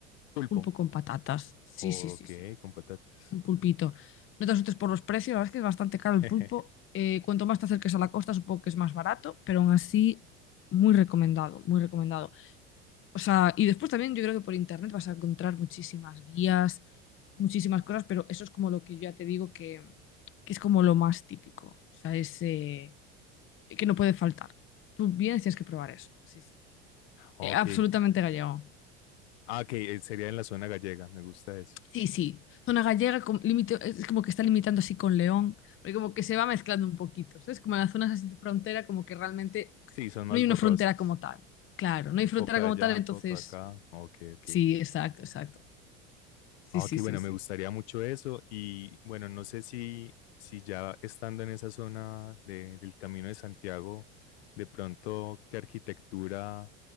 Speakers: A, on the left; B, on the left.
A: pulpo.
B: pulpo con patatas. Sí,
A: Ok,
B: sí, sí, sí.
A: con patatas.
B: Un pulpito. No te asustes por los precios, la verdad es que es bastante caro
A: <laughs>
B: el pulpo. Eh, cuanto más te acerques a la costa, supongo que es más barato, pero aún así, muy recomendado, muy recomendado. O sea, y después también yo creo que por internet vas a encontrar muchísimas guías, muchísimas cosas, pero eso es como lo que yo ya te digo que, que es como lo más típico. O sea, es eh, que no puede faltar. Tú vienes, tienes que probar eso. Sí, sí.
A: Ok.
B: Eh, absolutamente gallego.
A: Ah, ok, eh, sería en la zona gallega, me gusta eso.
B: Sí, sí. Zona gallega com- límite- es como que está limitando así con León, porque como que se va mezclando un poquito, ¿sabes? Como en las zonas así de frontera, como que realmente
A: Sí, son
B: no
A: más
B: hay una
A: borrosas.
B: frontera como tal. Claro, no hay
A: Un
B: frontera
A: poco
B: como
A: de allá,
B: tal, entonces
A: un poco de acá. Ok, ok.
B: sí, exacto, exacto. Sí,
A: Ah,
B: sí,
A: Ok,
B: sí,
A: bueno,
B: sí.
A: me gustaría mucho eso y bueno, no sé si, si ya estando en esa zona de- del Camino de Santiago, de pronto, ¿qué arquitectura